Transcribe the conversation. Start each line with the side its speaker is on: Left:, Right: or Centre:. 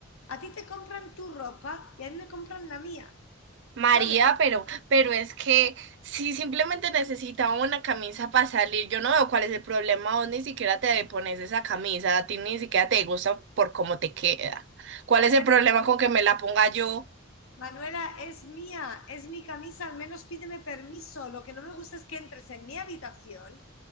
Left: A ti te compran tu ropa y a mí me compran la mía,
Right: María,
Left: ¿sabes?
Right: pero, pero es que si simplemente necesitaba una camisa para salir, yo no veo cuál es el problema. Vos ni siquiera te pones esa camisa, a ti ni siquiera te gusta por cómo te queda. ¿Cuál
Left: A ver,
Right: es el problema con que me la ponga yo?
Left: Manuela, es mía, es mi camisa, al menos pídeme permiso. Lo que no me gusta es que entres en mi habitación